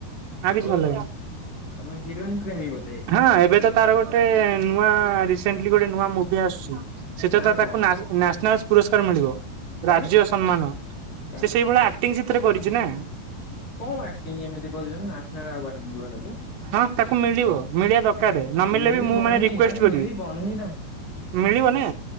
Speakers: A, on the right (about 80°); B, on the left (about 55°).
A: ଆ କିଛି
B: ଓହୋ
A: ଭଲ ଲାଗିବନି
B: ତମେ ହିରୋଇନ ପ୍ରେମୀ ବୋଧେ
A: ହଁ ଏବେ ତ ତାର ଗୋଟେ ନୂଆ ରିସେଣ୍ଟଲି ଗୋଟେ ନୂଆ ମୁଭି ଆସୁଛି ସେତ
B: ନା
A: ତ
B: କଣ?
A: ତାକୁ ନ୍ୟାସନାଲ ପୁରସ୍କାର ମିଳିବ
B: କାଇଁ?
A: ରାଜ୍ୟ ସମ୍ମାନ
B: କାଇଁ
A: ସେ ସେଇ ଭଳିଆ ଆକ୍ଟିଂ ସେଥିରେ କରିଛି ନା।
B: କଣ ଆକ୍ଟିଂ ଏମିତି କରିଛି ନ୍ୟାସନାଲ୍ ଆୱାର୍ଡ ମିଳିବ ତାକୁ।
A: ହଁ ତାକୁ ମିଳିବ ମିଳିବା ଦରକାର। ରେ ନ ମିଳିଲେ
B: ମିଳିବନି
A: ବି ମୁଁ ମାନେ ରିକୁଏଷ୍ଟ
B: ଆରେ ମିଳିବନି
A: କରିବି ମିଳିବ ନା।